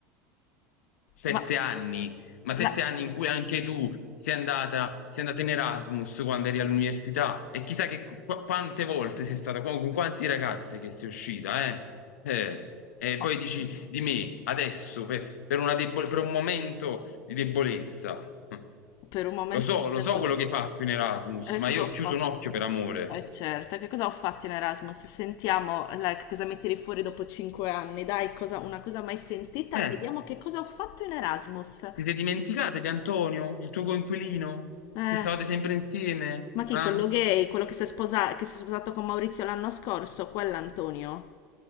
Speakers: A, on the left; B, on the left.
A: Sette
B: Ma,
A: anni, ma sette
B: la-
A: anni in cui anche tu sei andata, sei andata in Erasmus quando eri all'università e chissà che qu- quante volte sei stata, con, con quanti ragazzi che sei uscita, eh? Eh, E
B: ma
A: poi dici di me adesso per, per una debole- per un momento di debolezza. Hm.
B: per un momento
A: Lo so,
B: di
A: lo
B: debolezza,
A: so quello che hai fatto in Erasmus,
B: eh,
A: ma
B: cosa
A: io
B: ho
A: ho chiuso
B: fatto?
A: un occhio per amore.
B: Eh certo, che cosa ho fatto in Erasmus? Sentiamo, la- che cosa mi tiri fuori dopo cinque anni, dai, cosa- una cosa mai sentita,
A: Eh,
B: vediamo che cosa ho fatto in Erasmus.
A: ti sei dimenticata di Antonio, il tuo coinquilino,
B: Eh,
A: che stavate sempre insieme?
B: ma chi,
A: Ah?
B: quello gay, quello che si è sposa- che si è sposato con Maurizio l'anno scorso, quell'Antonio?